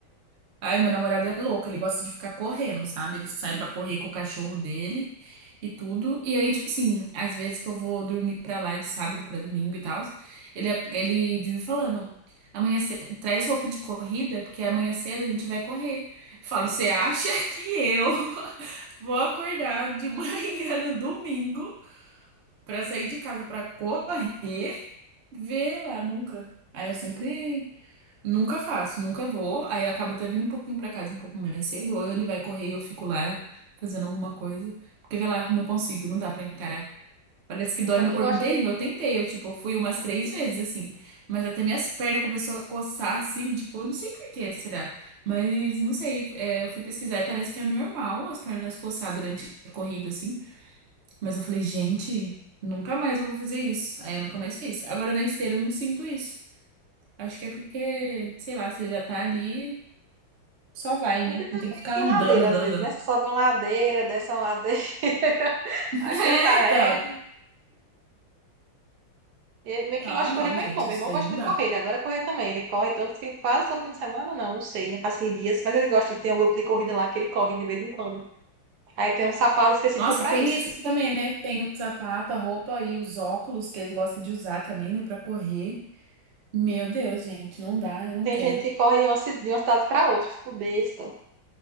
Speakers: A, on the right; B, on the right.
A: Ai, meu namorado é louco, ele gosta de ficar correndo, sabe? Ele sai pra correr com o cachorro dele e tudo. E aí, tipo assim, às vezes que eu vou dormir pra lá de sábado pra domingo e tal, ele, ele vive falando: amanhã cedo, traz roupa de corrida, porque amanhã cedo a gente vai correr. Eu Falo, você acha que eu <laughs> vou acordar de manhã no domingo pra sair de casa pra correr? Vê lá, nunca. Aí eu sempre Nunca faço, nunca vou. Aí eu acabo até vindo um pouquinho pra casa um pouco mais cedo, ou ele vai correr e eu fico lá fazendo alguma coisa. Porque, vai lá, não consigo, não dá pra encarar. Parece que dói
B: Para
A: meu
B: quem
A: corpo
B: gosta
A: inteirinho.
B: de
A: Eu tentei, eu, tipo, fui umas três vezes, assim. Mas até minhas pernas começou a coçar, assim, tipo, eu não sei por que será. Mas, não sei, é, eu fui pesquisar e parece que é normal as pernas coçar durante a corrida, assim. Mas eu falei, gente, nunca mais eu vou fazer isso. Aí eu nunca mais fiz. Agora na esteira eu não sinto isso. Acho que é porque, sei lá, você já tá ali, só vai, né?
B: É que também
A: Não tem que ficar
B: tem
A: andando,
B: ladeira
A: andando,
B: às vezes,
A: andando.
B: né? Você sobe uma ladeira, desce uma ladeira, <laughs>
A: <laughs>
B: aí
A: É,
B: você tá reto.
A: então.
B: E me- quem
A: Ah,
B: gosta de
A: não,
B: correr é meu
A: gente,
B: irmão. Meu
A: isso
B: irmão
A: daí
B: gosta
A: não
B: de
A: dá.
B: correr, ele adora correr também. Ele corre todo fim, quase todo fim de semana, não, não sei, faz que dias, mas ele gosta de ter um grupo de corrida lá que ele corre de vez em quando. Aí tem um sapato específico
A: Nossa,
B: para
A: tem
B: isso.
A: isso também, né? Tem o sapato, a roupa e os óculos que eles gostam de usar também, né, pra correr. Meu Deus, gente, não dá, eu não
B: Tem
A: quero.
B: gente que corre de uma ci- de uma cidade para outra, fico besta,